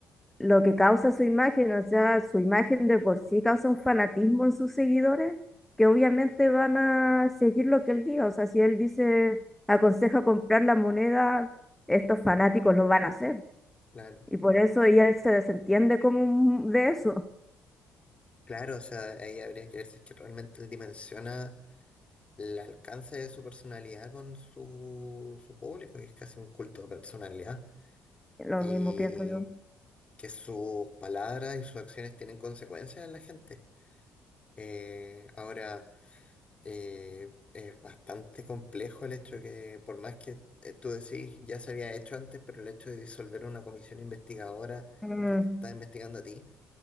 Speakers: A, in the centre; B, on the left.
A: lo que causa su imagen, o sea, su imagen de por sí causa un fanatismo en sus seguidores, que obviamente van a seguir lo que él diga. O sea, si él dice, aconseja comprar la moneda, estos fanáticos lo van a hacer.
B: Claro. <clears throat>
A: Y por eso y él se desentiende como un- de eso.
B: Claro, o sea, ahí habría que ver si es que realmente él dimensiona el alcance de su personalidad con su, su público, que es casi un culto de personalidad,
A: Lo
B: y
A: mismo pienso yo.
B: que sus palabras y sus acciones tienen consecuencias en la gente. Eh, ahora, eh, es bastante complejo el hecho de que, por más que eh, tú decís, ya se había hecho antes, pero el hecho de disolver una comisión investigadora
A: Mm,
B: que te está investigando a ti